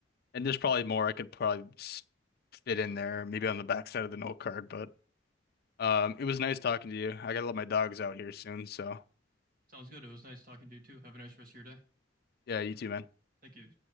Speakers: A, on the left (about 55°); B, on the right (about 50°).
A: And there's probably more I could probably s- fit in there, maybe on the backside of the note card. But um, it was nice talking to you. I gotta let my dogs out here soon, so
B: sounds good it was nice talking to you too have a nice rest of your day
A: yeah, you too, man.
B: thank you